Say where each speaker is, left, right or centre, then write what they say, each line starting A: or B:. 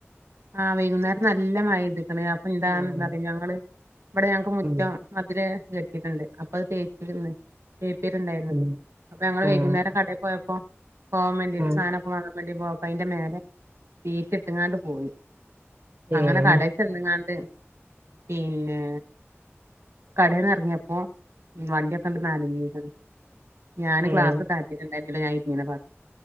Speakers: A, on the right; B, on the right.
A: ആഹ് വൈകുന്നേരം നല്ല മഴ പെയ്ത് ക്ക്ണ് അപ്പൊ എന്താ
B: ആഹ്
A: എന്താ നറിയോ ഞങ്ങള് ഇവിടെ ഞങ്ങക്ക് മുറ്റം
B: ഉം
A: മതില് കെട്ടിട്ടുണ്ട്. അപ്പ അത് തേച്ചിരുന്നു തേപ്പാര്ണ്ടായിരുന്നു
B: ഉം
A: അപ്പൊ ഞങ്ങള് വൈകുന്നേരം
B: ആഹ്
A: കടയിൽ പോയപ്പോ പോവാൻ വേണ്ടീട്ട്
B: ആഹ്
A: സാധ നൊക്കെ വാങ്ങാൻ വേണ്ടി പോയപ്പോ അയിന്റെ മേല ഷീറ്റിട്ട്ങ്ങാണ്ട് പോയി. അങ്ങനെ
B: ഏഹ്
A: കടയി ചെന്ന്ങ്ങാണ്ട്. പിന്നെ കടെന്ന് ഇറങ്ങിയപ്പോ വണ്ടിയൊക്കങ്ങട് നനഞ്ഞ് ക്ണ്. ഞാൻ
B: ഏഹ്
A: ഗ്ലാസ് താത്തീട്ട് ണ്ടേർന്നില ഞാനിരുന്ന ഭാഗത്ത്